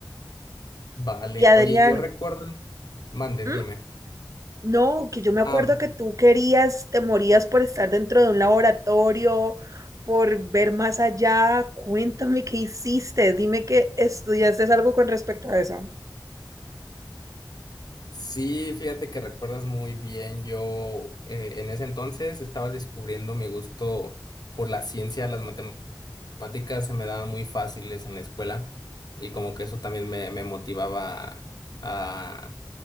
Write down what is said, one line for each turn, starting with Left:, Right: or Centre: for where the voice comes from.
Left: Vale.
Right: Y Adrián,
Left: Oye, yo recuerdo. Mande,
Right: ¿Mm?
Left: dime.
Right: No, que yo me acuerdo
Left: Ah,
Right: que tú querías, te morías por estar dentro de un laboratorio, por ver más allá. Cuéntame qué hiciste, dime que estudiaste algo con respecto a eso.
Left: sí, fíjate que recuerdas muy bien. Yo eh, en ese entonces estaba descubriendo mi gusto por la ciencia, las matemáticas se me daban muy fáciles en la escuela y como que eso también me, me motivaba a,